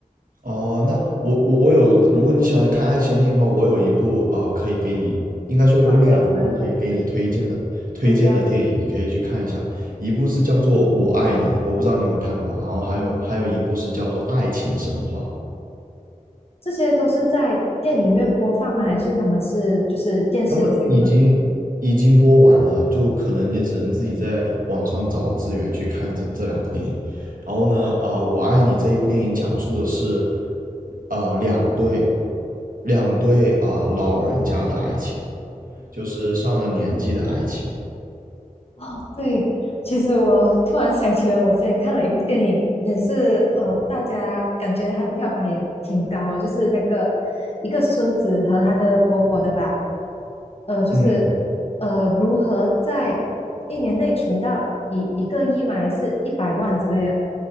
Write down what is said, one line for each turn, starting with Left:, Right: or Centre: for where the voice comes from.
Right: 哦，那我我我有，如果你喜欢看爱情电影的话，我有一部啊、呃可以给你，应该说有两部可以给你推荐的推荐的电影，
Left: 介绍给我吗？可以啊。
Right: 你可以去看一下。一部是叫做《我爱你》，我不知道你有没有看过，然后还有还有一部是叫做《爱情神话》。
Left: 嗯这些都是在电影院播放吗？还是他们是就是电视剧呢？
Right: 他们已经已经播完了，就可能你只能自己在网上找资源去看这这两部电影。然后呢，啊、呃我爱你这一部电影讲述的是，呃，两对两对啊、呃老人家的爱情，就是上了年纪的爱情。
Left: 哦，对，其实我突然想起了，我之前看了一部电影，也是呃，大家感觉它的票房也挺高的，就是那个一个孙子和他的婆婆的吧，呃，就是
Right: 嗯
Left: 呃，如何在一年内存到一一个亿嘛，还是一百万之类的，